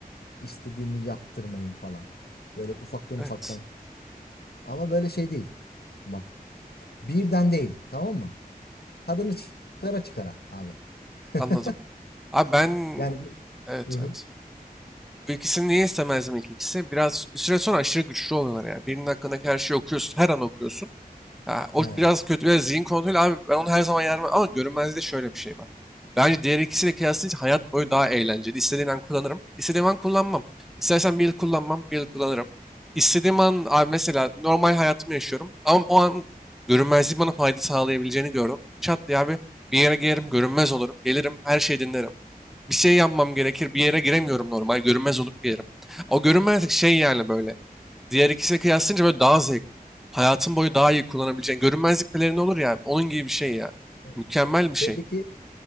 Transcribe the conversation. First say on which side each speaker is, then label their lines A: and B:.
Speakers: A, on the left (about 85°); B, in the centre.
A: istediğimi yaptırmayı falan. Böyle ufaktan
B: Evet
A: ufaktan. Ama böyle şey değil. Bak birden değil tamam mı? Tadını çıkara çıkara abi. <laughs>
B: anladım. Abi ben...
A: Yani
B: Evet
A: hı hı.
B: evet. Bu ikisini niye istemezdim ilk ikisi? Biraz bir süre sonra aşırı güçlü oluyorlar yani. Birinin hakkındaki her şeyi okuyorsun. Her an okuyorsun. Ha, o
A: Ha,
B: biraz kötü. Biraz zihin kontrolü. Abi ben onu her zaman yarmam. Ama görünmezliği de şöyle bir şey var. Bence diğer ikisiyle kıyaslayınca hayat boyu daha eğlenceli. İstediğim an kullanırım. İstediğim an kullanmam. İstersen bir yıl kullanmam. Bir yıl kullanırım. İstediğim an abi mesela normal hayatımı yaşıyorum. Ama o an görünmezliği bana fayda sağlayabileceğini gördüm. Çat diye abi bir yere girerim. Görünmez olurum. Gelirim. Her şeyi dinlerim bir şey yapmam gerekir. Bir yere giremiyorum normal. Görünmez olup girerim. O görünmezlik şey yani böyle. Diğer ikisine kıyaslayınca böyle daha zevkli. Hayatın boyu daha iyi kullanabileceğin. Görünmezlik pelerini olur ya. Onun gibi bir şey ya.
A: evet.
B: Mükemmel
A: Şeydeki
B: bir şey.